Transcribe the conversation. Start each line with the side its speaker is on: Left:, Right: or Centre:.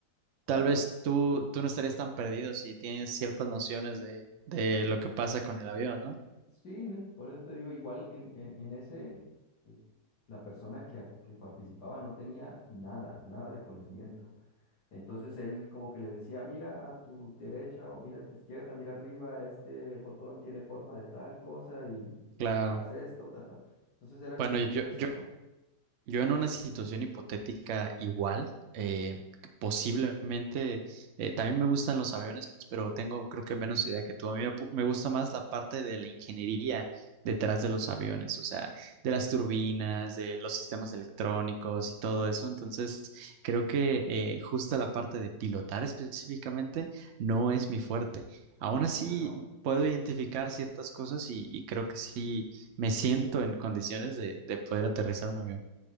Left: Claro,
Right: tal vez tú, tú no estarías tan perdido si tienes ciertas nociones de, de lo que pasa con el avión, ¿no?
Left: Sí, ¿no? Por eso te digo, igual en, en- en ese, eh, la persona que, a- que participaba no tenía nada, nada de conocimiento. Entonces él como que le decía, mira a tu derecha o mira a tu izquierda, mira arriba, este botón tiene forma de tal cosa y
Right: Claro.
Left: hace esto, ta, ta". Entonces era
Right: Bueno,
Left: como muy
Right: yo,
Left: preciso.
Right: yo Yo en una situación hipotética igual, eh, posiblemente, eh, también me gustan los aviones, pero tengo creo que menos idea que tú. A mí me, pu- me gusta más la parte de la ingeniería detrás de los aviones, o sea, de las turbinas, de los sistemas electrónicos y todo eso. Entonces, creo que eh, justo la parte de pilotar específicamente no es mi fuerte. Aún así,
Left: Bueno,
Right: puedo
Left: eh,
Right: identificar ciertas cosas y, y creo que sí me siento en condiciones de de poder aterrizar un avión.